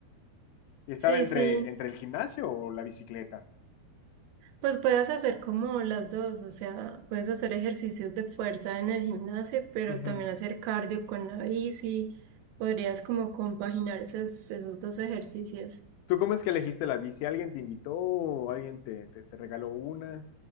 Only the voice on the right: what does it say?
Sí,
sí.
Pues puedes hacer como las dos, o sea, puedes hacer ejercicios de fuerza en el gimnasio, pero
también hacer cardio con la bici. Podrías como compaginar esos, esos dos ejercicios.